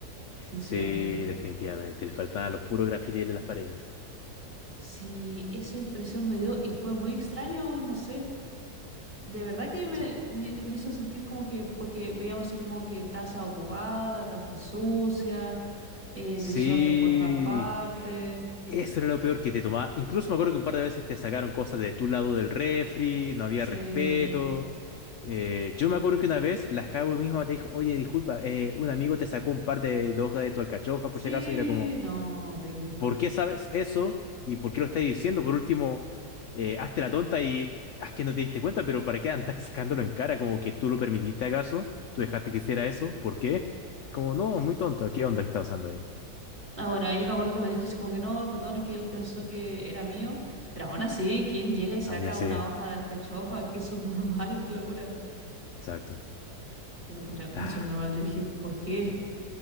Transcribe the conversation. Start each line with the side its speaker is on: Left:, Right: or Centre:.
Right: sinceramente.
Left: Sí, definitivamente. Le faltaban los puros grafitis en las paredes.
Right: Sí, esa impresión me dio y fue muy extraño, no sé. De verdad que me,
Left: Sí.
Right: me- me hizo sentir como que, porque veíamos así como que taza ocupada, taza sucia, eh,
Left: Sí.
Right: desorden por todas partes.
Left: Eso era lo peor que te tomaba. Incluso me acuerdo que un par de veces te sacaron cosas de tu lado del refri, no había
Right: Sí,
Left: respeto. Eh, yo me acuerdo que una vez la Jabo misma te dijo, oye, disculpa, eh, un amigo te sacó un par de, de hojas de tu alcachofa
Right: sí,
Left: por si acaso, y era como,
Right: no, horrible.
Left: ¿por qué sabes eso? ¿Y por qué lo estás diciendo? Por último, eh, hazte la tonta y haz que no te diste cuenta, pero ¿para qué andas <laughs> sacándolo en cara? Como que tú lo permitiste acaso, tú dejaste que hiciera eso, ¿por qué? Como, no, muy tonto, ¿qué onda que está pasando ahí?
Right: Ah, bueno, ahí me acuerdo que me dijo así como que no, perdón, es que él pensó que era mío, pero aún así, ¿quién llega y saca
Left: Ah, ya sé,
Right: una hoja de alcachofa? Qué subnormal, <laughs> qué locura.
Left: exacto.
Right: Yo lo encontré muy
Left: Ah.
Right: subnormal, yo dije, ¿por qué?